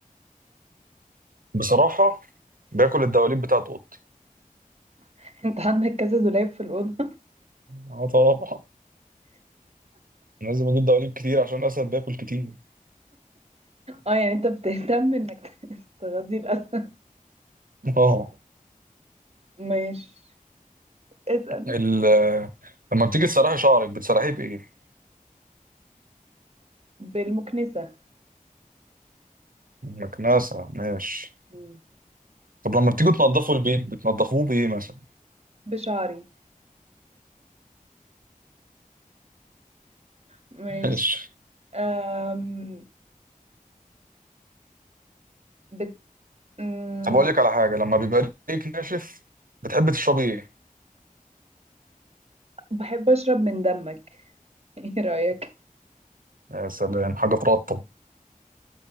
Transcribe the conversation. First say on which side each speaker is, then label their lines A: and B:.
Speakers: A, on the right; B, on the right.
A: بصراحة باكل الدواليب بتاعت اوضتي
B: <laughs> أنت عندك كذا دولاب في الأوضة؟ <laughs>
A: اه طبعا لازم اجيب دواليب كتير عشان الاسد بياكل كتير
B: أه يعني أنت بتهتم إنك <laughs> تغذي الأسد
A: اه
B: ماشي اسأل
A: ال... لما بتيجي تسرحي شعرك بتسرحيه بايه؟
B: بالمكنسة
A: مكنسة ماشي
B: مم.
A: طب لما بتيجوا تنضفوا البيت بتنضفوه بايه مثلا؟
B: بشعري ماشي
A: ماشي
B: أم... بت... أم...
A: طب اقول لك على حاجه لما بيبقى ليك ناشف بتحب تشربي ايه؟
B: بحب أشرب من دمك <laughs> إيه رأيك؟
A: يا سلام حاجه ترطب